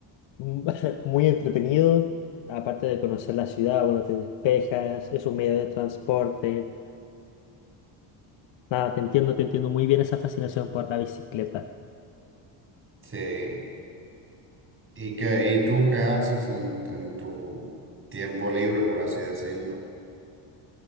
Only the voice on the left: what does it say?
mu- <laughs> muy entretenido. Aparte de conocer la ciudad, bueno, te despejas, es un medio de transporte Nada, te entiendo, te entiendo muy bien esa fascinación por la bicicleta.